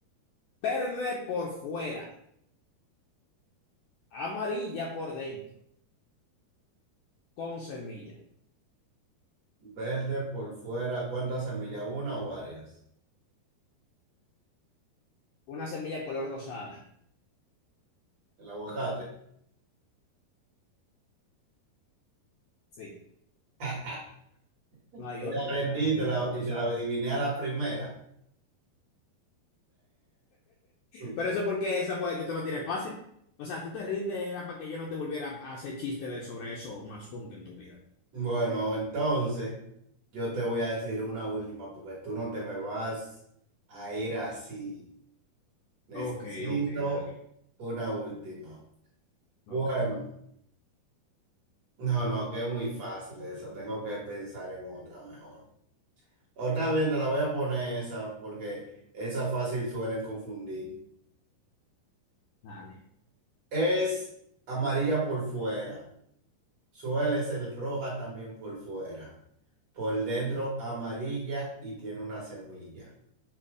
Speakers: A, on the left (about 75°); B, on the right (about 55°).
A: verde por fuera, amarilla por dentro, con semilla.
B: Verde por fuera. ¿Cuántas semillas? ¿Una o varias?
A: Una semilla color rosada.
B: El aguacate.
A: Sí,
B: <laughs> Yo
A: no hay otro
B: te
A: que
B: rendí
A: tenga semilla
B: y te la,
A: color rosada.
B: y te la adiviné a la primera. Damn.
A: Pero eso es porque esa fue, yo te lo tiré fácil. O sea, tú te rindes, era para que yo no te volviera a hacer chistes de, sobre eso más nunca en tu vida.
B: Bueno, entonces yo te voy a decir una última porque tú no te me vas a ir así. Necesito
A: Ok, ok, dale.
B: una última. Bueno,
A: Ok,
B: no, no, que es muy fácil esa. Tengo que pensar en otra mejor. O está bien, te la voy a poner esa porque esa fácil suelen confundir.
A: dale.
B: Es amarilla por fuera. Suele ser roja también por fuera. Por dentro amarilla y tiene una semilla.